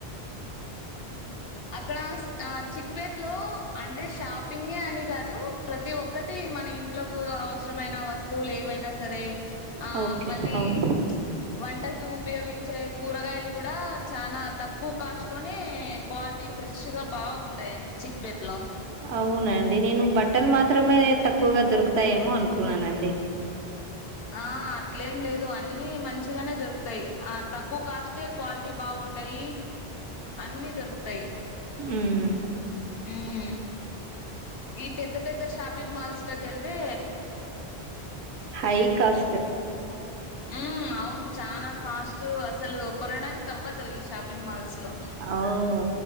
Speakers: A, on the left; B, on the right.
A: అక్కడ ఆ చిక్పేట్ లో అంటే షాపింగే అని కాదు ప్రతి ఒక్కటి ఈ మన ఇంట్లోలకు అవసరమైన వస్తువులు ఏవైనా సరే ఆ
B: ఓకే
A: మళ్ళీ
B: ఓహ్!
A: వంటకు ఉపయోగించే కూరగాయలు కూడా చనా తక్కువ కాస్ట్ లోనే క్వాలిటీ ఫ్రెష్ గా బాగుంటాయండి చిప్పెట్లో
B: అవునా అండి నేను బట్టలు మాత్రమే తక్కువగా దొరుకుతాయేమో అనుకున్నానండి
A: ఆ అట్లేం లేదు అన్నిీ మంచిగానే దొరుకుతాయి ఆ తక్కువ కాస్టే క్వాలిటీ బాగుం ఉంటయి అన్నిీ దొరుకుతయి
B: హ్మ్.
A: మ్ ఈ పెద్ద పెద్ద షాపింగ్ మాల్స్ లోకి వెళ్తే
B: హై కాస్ట్
A: ఉ అవును చనా కాస్ట్ అసలు కొనడానికి అవ్వదు షాపింగ్ మాల్స్ లో
B: అవును